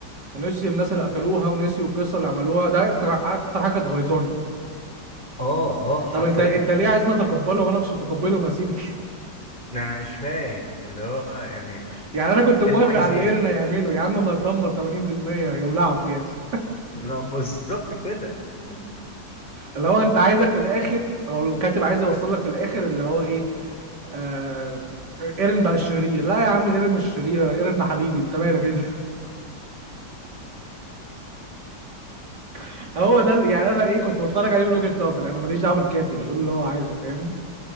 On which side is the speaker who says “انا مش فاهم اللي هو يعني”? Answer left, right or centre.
Left